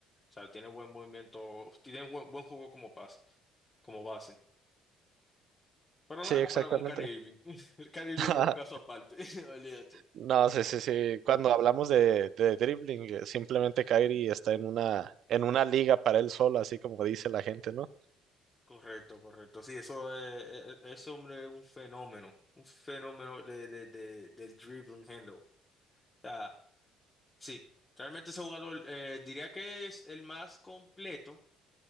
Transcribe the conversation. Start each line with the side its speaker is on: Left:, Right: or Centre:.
Left: sea, tiene buen movimiento, tiene buen, buen juego como pase, como base. Pero
Right: Sí,
Left: nada comparado
Right: exactamente.
Left: con Kyrie Irving. <laughs> Kyrie Irving
Right: <laughs>
Left: es un caso aparte, <laughs> olvídate.
Right: No, sí, sí, sí. Cuando hablamos de, de dribbling, eh, simplemente Kyrie está en una, en una liga para él solo, así como dice la gente, ¿no?
Left: Correcto, correcto. Sí, eso es, e- e- ese hombre es un fenómeno, un fenómeno de, de, de- del dribbling handle. O sea, sí, realmente ese jugador eh, diría que es el más completo